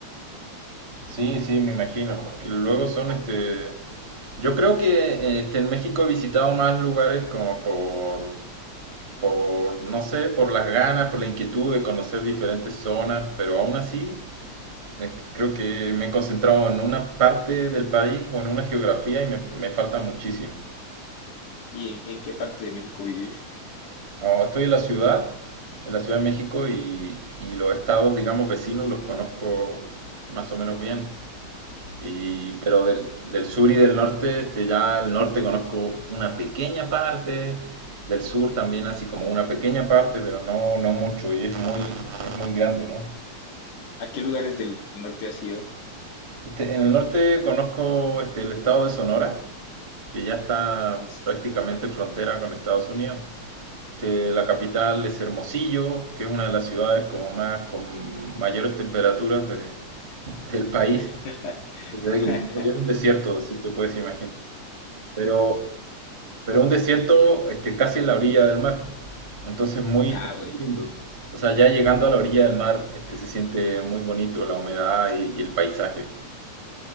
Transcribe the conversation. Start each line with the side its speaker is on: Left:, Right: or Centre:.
Right: Sí, sí, me imagino. Que luego son este. Yo creo que eh, este, en México he visitado más lugares como por, por, no sé, por las ganas, por la inquietud de conocer diferentes zonas, pero aún así me- creo que me he concentrado en una parte del país o en una geografía y me, me falta muchísimo.
Left: ¿Y en, en qué parte de México vives?
Right: Ahora estoy en la ciudad, en la Ciudad de México y, y los estados, digamos, vecinos los conozco más o menos bien. Y, pero del, del sur y del norte, este, ya al norte conozco una pequeña parte, del sur también así como una pequeña parte, pero no, no mucho y es muy, es muy grande, ¿no?
Left: ¿A qué lugares del norte has ido?
Right: Este, en el norte conozco este, el estado de Sonora, que ya está
Left: Es-
Right: prácticamente frontera con Estados Unidos. Este, la capital es Hermosillo, que es una de las ciudades como más con mayores temperaturas de- del país.
Left: <laughs>
Right: Desde que- Es un desierto, si te puedes imaginar. Pero, pero un desierto este, casi en la orilla del mar. Entonces muy,
Left: Ah, bueno,
Right: muy lindo. O sea, ya llegando a la orilla del mar, este, se siente muy bonito la humedad y, y el paisaje.